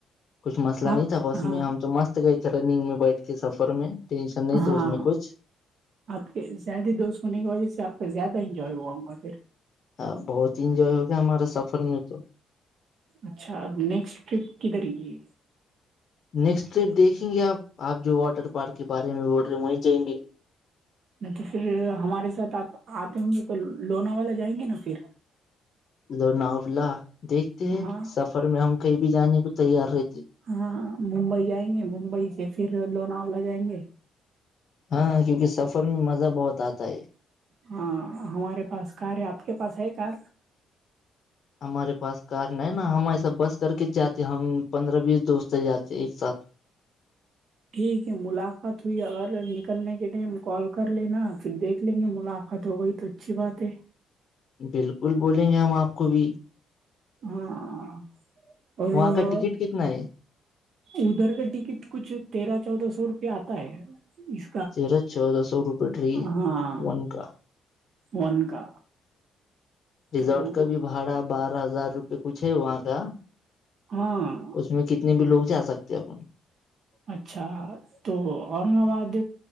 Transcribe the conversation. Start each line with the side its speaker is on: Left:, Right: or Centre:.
Left: کچھ مسئلہ
Right: آپ
Left: نہیں تھا بس
Right: ہاں
Left: میں ہم تو مست گئے تھے رننگ میں بیٹھ کے سفر میں ٹینشن نہیں
Right: ہاں
Left: تھا اس میں کچھ
Right: آپ کے زیادہ دوست ہونے کی وجہ سے آپ کا زیادہ انجوائے ہوا ہوں گا پھر
Left: ہ بہت انجوائے ہو گیا ہمارا سفر میں تو
Right: اچھا اب نیکسٹ ٹرپ کدھر یہ
Left: نیکسٹ ٹرپ دیکھیں گے آپ آپ جو واٹر پارک کے بارے میں بول رہے ہیں وہیں جائیں گے
Right: نہیں تو پھر ہمارے ساتھ آپ آتے ہوں گے تو لونا والا جائیں گے نا پھر
Left: لوناولہ دیکھتے ہیں
Right: ہاں
Left: سفر میں ہم کہیں بھی جانے کو تیار رہتے
Right: ہاں ممبئی جائیں گے ممبئی سے پھر لوناؤ ل جائیں گے
Left: ہاں کیونکہ سفر میں مزہ بہت آتا ہے
Right: ہاں ہمارے پاس کار ہے آپ کے پاس ہے کار
Left: ہمارے پاس کار نہیں نا ہم ایسا بس کر کے جاتے ہم پندرہ بیس دوست جاتے ایک ساتھ
Right: ٹھیک ہے ملاقات ہوئی اگر نکلنے کے ٹائم کال کر لینا پھر دیکھ لیں گے ملاقات ہو گئی تو اچھی بات ہے
Left: بالکل بولیں گے ہم آپ کو بھی
Right: ہاں اور
Left: وہاں کا ٹکٹ کتنا ہے
Right: ادھر کا ٹکٹ کچھ تیرہ چودہ سو روپے آتا ہے اس
Left: تیرہ چودہ سو روپئے ٹری
Right: ہاں
Left: ون کا
Right: ون کا
Left: ریزورٹ
Right: تو
Left: کا بھی بھاڑا بارہ ہزار روپ پہ کچھ ہے وہاں کا
Right: ہاں
Left: اس میں کتنے بھی لوگ جا سکتے اپ
Right: اچھا تو اورنگ آباد